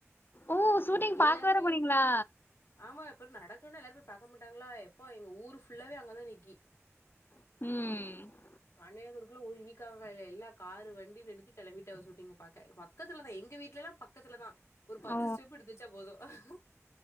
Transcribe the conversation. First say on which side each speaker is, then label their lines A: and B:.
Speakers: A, on the left; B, on the left.
A: ஓ ஷூட்டிங்
B: எல்லாருமே
A: பாக்க வேற போனீங்களா
B: ஆமா அப்பறோ நடக்குன்னு எல்லாரு போய் பாக்க மாட்டாங்களா எப்பா எங்க ஊரு ஃபுல்லாவே அங்கதா நிக்கி
A: ம்
B: அன்னைய எங்குருக்குள்ள ஒரு ஈக்காக்கா இல்ல எல்லா காரு வண்டின்னு எடுத்து கெளம்பிட்டாவ ஷுட்டீங்க பாக்க பக்கத்துலதா எங்க வீட்லல்லா பக்கத்துலதா ஒரு பத்து
A: ஓ
B: ஸ்டெப் எடுத்துச்சா வெச்சா போது